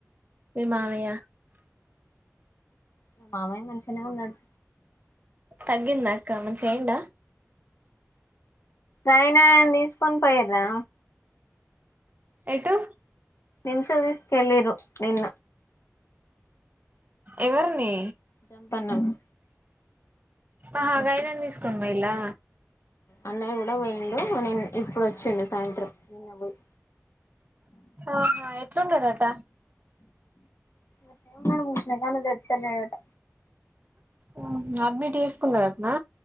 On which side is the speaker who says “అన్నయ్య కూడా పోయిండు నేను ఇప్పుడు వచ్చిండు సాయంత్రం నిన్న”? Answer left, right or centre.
Left